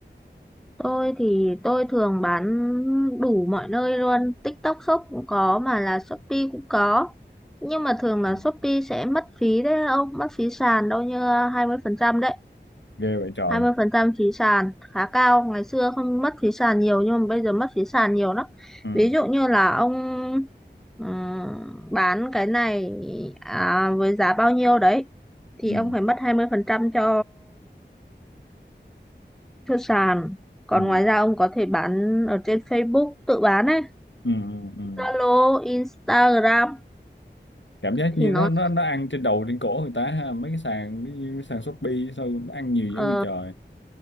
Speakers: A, in the centre; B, on the left.
A: tôi thì tôi thường bán đủ mọi nơi luôn, TikTok Shop cũng có mà là Shopee cũng có. Nhưng mà thường
B: ừ.
A: là Shopee sẽ mất phí đấy ông, mất phí sàn đâu như 20% đấy.
B: ghê vậy trời
A: hai mươi phần trăm phí sàn khá cao, ngày xưa không mất phí sàn nhiều nhưng mà bây giờ mất phí sàn nhiều lắm.
B: ừ.
A: Ví dụ như là ông ừm, bán cái này à, với giá bao nhiêu đấy thì
B: Ừ.
A: ông phải mất 20% cho cho sàn còn
B: Ừ.
A: ngoài ra ông có thể bán ở trên Facebook tự bán ấy
B: Ừ. Ừ. Ừ.
A: Zalo Instagram
B: cảm giác
A: thì
B: như
A: nó
B: nó nó nó ăn trên đầu trên cổ người ta ha mấy cái sàn ví dụ như sàn Shopee sao nó ăn nhiều dữ
A: ờ,
B: vậy trời